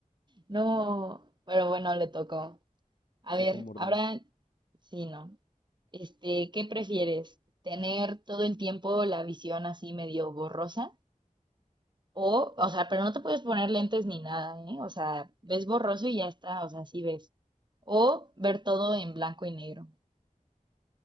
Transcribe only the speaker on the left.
Sí,
pues mórdeme.